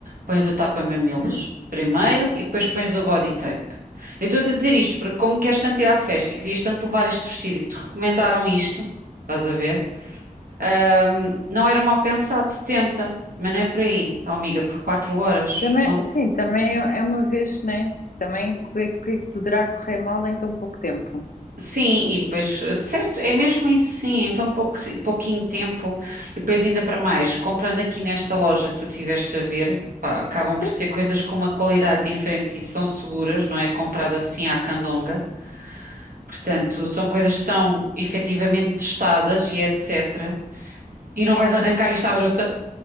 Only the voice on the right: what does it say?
Pões o tapa-mamilos
primeiro e depois pões o body tape. Eu estou-te a dizer isto porque, como queres tanto ir à festa e querias tanto levar este vestido e te recomendaram isto, estás a ver? Ahm, não era mal pensado, 70. Também não é por aí, ó, amiga, por 4 horas.
Não
Sim, e depois, eh, certo, é mesmo isso, sim. Então, pouco, si, pouquinho tempo, e depois, ainda para mais, comprando aqui nesta loja que tu tiveste a ver, pá, acabam por
ser coisas com uma qualidade diferente e são seguras, não é comprado assim à candonga. Portanto, são coisas que estão efetivamente testadas e etc. E não vais arrancar isto à bruta.